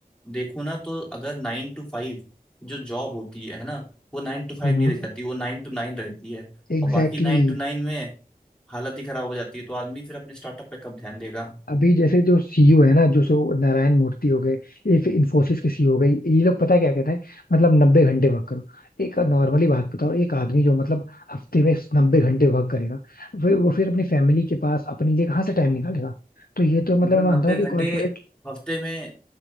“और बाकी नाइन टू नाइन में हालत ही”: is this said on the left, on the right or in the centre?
Centre